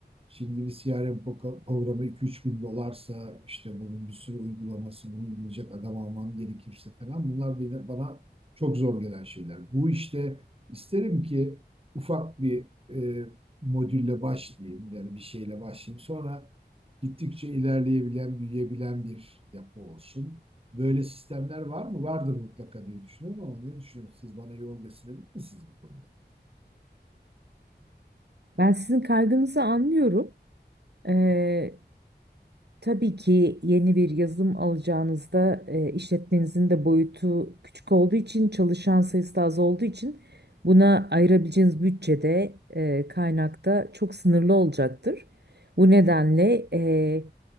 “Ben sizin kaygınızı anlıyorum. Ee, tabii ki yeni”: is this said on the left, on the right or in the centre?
Right